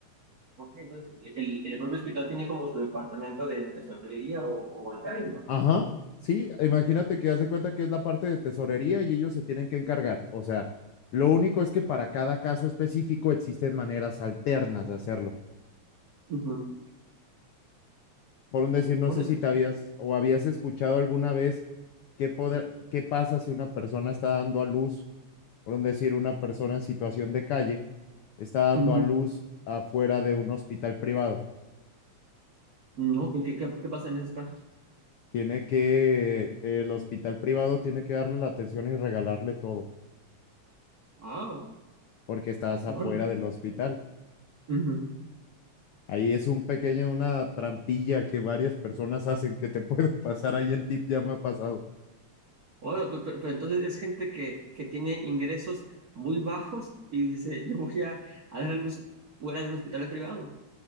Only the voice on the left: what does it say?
Ajá. Sí, imagínate que haz de cuenta que es la parte de tesorería y ellos se tienen que encargar. O sea, lo único es que para cada caso específico existen maneras alternas de hacerlo.
Por un decir, no
sé si
te habías o habías escuchado alguna vez qué, poder, qué pasa si una persona está dando a luz, por un decir, una persona en situación de calle está dando
a luz afuera de un hospital privado.
Tiene que, el hospital privado tiene que darle la atención y regalarle todo,
porque estás afuera
del hospital.
Ahí es un pequeño, una trampilla que varias personas hacen que te <laughs> puedo pasar. Ahí el tip ya me ha pasado.